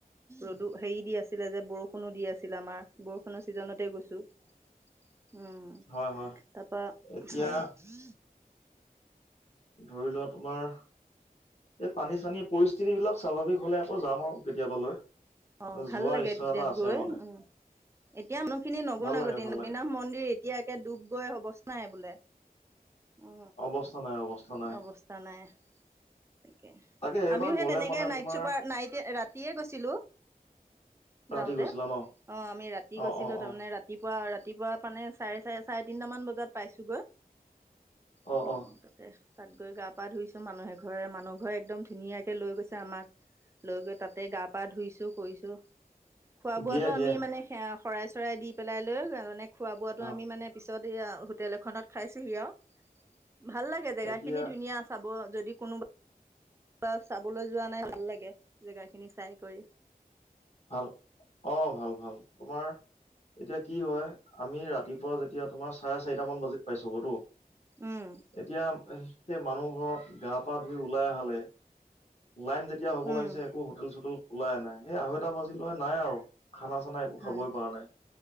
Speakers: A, on the right; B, on the left.
A: ৰদো হেৰি দি আছিলে যে বৰষুণো দি আছিল আমাৰ বৰষুণৰ ছিজনতে গৈছো উম
B: হয়, হয়।
A: তাৰ পৰা
B: এতিয়া
A: হয়
B: ধৰি লোৱা তোমাৰ এই পানী চানী পৰিস্থিতি বিলাক স্বাভাৱিক হলে আকৌ যাম আৰু কেতিয়াবালৈ
A: অ ভাল
B: যোৱা
A: লাগে
B: ইচ্ছা
A: তেতিয়া
B: এটা আছে
A: গৈ
B: মানে
A: উম এতিয়া মানুহখিনি নগনাগতি
B: ভাল লাগে ভাল
A: অগ্নিনাভ
B: লাগে
A: মন্দিৰ এতিয়া একে ডুব গৈ অৱস্থা নাই বোলে অ
B: অৱস্থা নাই অৱস্থা নাই
A: অৱস্থা নাই তাকে
B: তাকে এইবাৰ
A: আমিও সেই
B: গ'লে
A: তেনেকে
B: মানে
A: নাইট
B: তোমাৰ
A: চুপাৰ নাইটে ৰাতিয়ে গৈছিলো
B: ৰাতি
A: যাওঁতে
B: গৈছিলা
A: অ
B: ন
A: আমি ৰাতি
B: অ
A: গৈছিলো
B: অ
A: তাৰমানে
B: অ
A: ৰাতি ৰাতিপুৱা ৰাতিপুৱা মানে চাৰে চাৰে চাৰে তিনটামান বজাত পাইছোগৈ
B: অ
A: উম
B: অ
A: তাকে তাত গৈ গা পা ধুইছো মানুহে এঘৰে মানুহ ঘৰে একদম ধুনীয়াকে লৈ গৈছে আমাক লৈ গৈ তাতে গা পা ধুইছো কৰিছো খোৱা বোৱাতো
B: দিয়ে দিয়ে
A: আমি মানে সেয়া শৰাই চৰাই দি পেলাই লৈ তাৰপানি খোৱা বোৱাটো
B: অ
A: আমি মানে পিছত সছয়া হোটেল এখনত খাইছোঁহি আও ভাল লাগে জেগা
B: এতিয়া
A: খিনি ধুনীয়া চাব যদি কোনোবা কোনোবা চাবলৈ যোৱা নাই ভাল লাগে জেগা খিনি চাই কৰি
B: ভাল অ ভাল ভাল তোমাৰ এতিয়া কি হয় আমি ৰাতিপুৱা যেতিয়া তোমাৰ চাৰে চাৰিটা মান বাজিত পাইছো গৈতো
A: উম
B: এতিয়া সেই মানুহ ঘৰত গা পা ধুই ওলাই আহালে লাইন যেতিয়া হ'ব
A: উম
B: লাগিছে একো হোটেল চোটেল খোলাই নাই এই আঢ়ৈটা বাজিলে নাই আৰু খানা চানা এইবোৰ
A: হয়
B: খাবই পৰা নাই